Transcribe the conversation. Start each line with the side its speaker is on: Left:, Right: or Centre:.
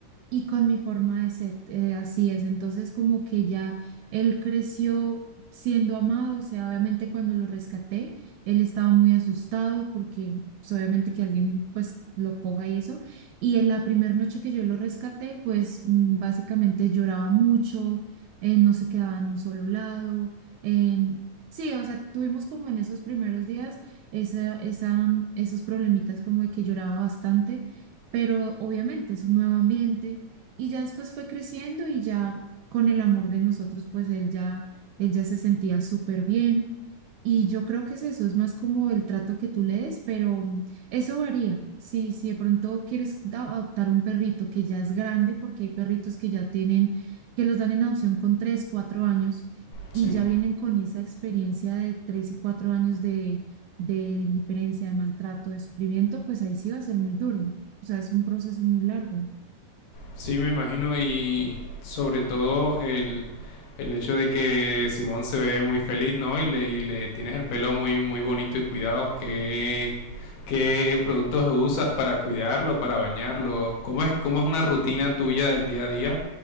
Right: y con mi forma de ser. eh, así es. Entonces, como que ya él creció siendo amado, o sea, obviamente cuando lo rescaté, él estaba muy asustado porque pues, obviamente que alguien pues lo coja y eso. Y en la primera noche que yo lo rescaté, pues mm, básicamente lloraba mucho, eh, no se quedaba en un solo lado. em, Sí, o sea, tuvimos como en esos primeros días esa, esa, esos problemitas como de que lloraba bastante, pero obviamente es un nuevo ambiente, y ya después fue creciendo y ya con el amor de nosotros, pues él ya, él ya se sentía súper bien. Y yo creo que es eso, es más como el trato que tú le des, pero eso varía. Si, si de pronto quieres da- adoptar un perrito que ya es grande, porque hay perritos que ya tienen, que los dan en adopción con tres, cuatro años
Left: Sí.
Right: y ya vienen con esa experiencia de tres y cuatro años de, de indiferencia, de maltrato, de sufrimiento, pues ahí sí va a ser muy duro. O sea, es un proceso muy largo.
Left: Sí, me imagino y sobre todo el, el hecho de que Simón se ve muy feliz, ¿no? Y le, y le tienes el pelo muy, muy bonito y cuidado. ¿Qué, qué productos usas para cuidarlo, para bañarlo? ¿Cómo es, cómo es una rutina tuya del día a día